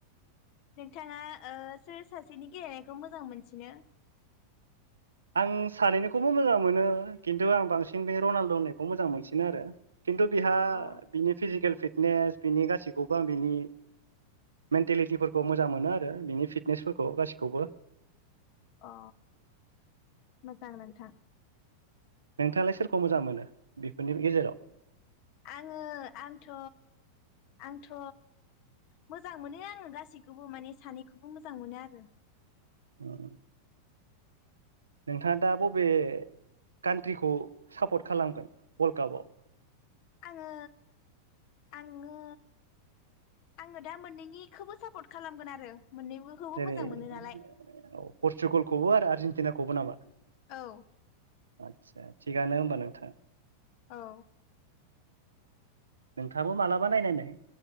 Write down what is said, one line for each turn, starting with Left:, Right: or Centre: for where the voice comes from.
Left: नोंथाङा ओ सोर सासेनि गेलेनायखौ मोजां मोनसिनो?
Right: आं सानैनोखौबो मोजां मोनो खिन्थु आं बांसिन बे रनाल्द' होननायखौ मोजां मोनसिनो आरो खिन्थु बिहा
Left: अ
Right: बिनि फिजिकेल फिटनेस बिनि गासैखौबो आं बिनि मेन्टेलिटिफोरखौ मोजां मोनो आरो बिनि फिटनेसफोरखौ गासिखौबो।
Left: अ मोजां नोंथां।
Right: नोंथाङालाय सोरखौ मोजां मोनो बेफोरनि गेजेराव
Left: आङो आंथ' आंथ' मोजां मोनो आङो गासैखौबो माने सानैखौबो मोजां मोनो आरो
Right: उम नोंथाङा दा बबे कान्ट्रिखौ सापर्ट खालामगोन वर्ल्ड कापाव
Left: आङो आङो आङो दा मोननैनिखौबो सापर्ट खालामगोन आरो मोननैबोखौबो
Right: जेरै
Left: मोजां मोनो
Right: औ
Left: नालाय
Right: पर्सुगालखौबो आरो आरजेेनटिनाखौबो नामा?
Left: औ
Right: आदसा थिगानो होमबा नोंथां।
Left: औ
Right: नोंथाङाबो मालाबा नायनाय नाय